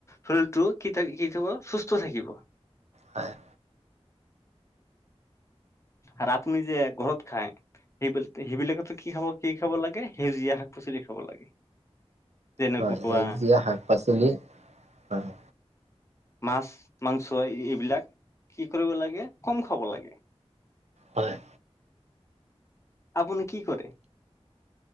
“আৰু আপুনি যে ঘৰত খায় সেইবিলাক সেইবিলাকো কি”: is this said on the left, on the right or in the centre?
Left